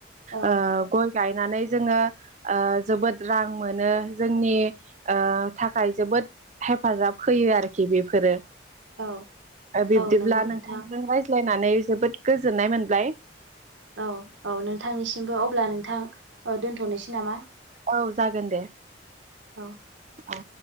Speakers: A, on the right; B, on the right.
A: औ
B: ओ गय गायनानै जोङो ओ जोबोद रां मोनो जोंनि थाखाय जोबोद हेफाजाब होयो। आरोखि बेफोरो
A: औ
B: बिब्दिब्ला
A: औ नंगौ नोंथां
B: नोंथांजों रायज्लायनानै जोबोद गोजोननाय मोनबाय
A: औ औ नोंथांनिसिमबो अब्ला नोंथां दोन्थनोसै नामा?
B: औ जागोन दे
A: औ
B: औ